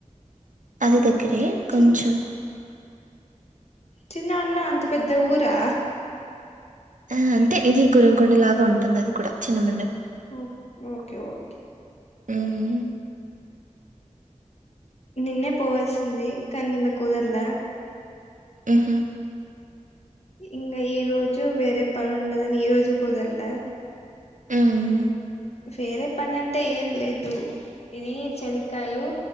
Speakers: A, on the right; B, on the left.
A: అది
B: ఉహు
A: దగ్గరే
B: చి
A: కొంచెం
B: చిన్ననా అంత పెద్ద ఊరా
A: ఆ అంతే ఇది గురంకొండలాగా ఉంటుంది అది కూడా చిన్న మండ
B: ఉమ్ ఓకే ఓకే
A: ఉమ్
B: నిన్నే పోవాల్సింది కానీ నిన్న కుదరలా
A: ఉహు
B: ఇంగ ఈ రోజు వేరే పను ఉండదని ఈ రోజు కుదర్లే
A: హ్మ్.
B: వేరే పని అంటే ఏం లేదు ఇది చనికాయలు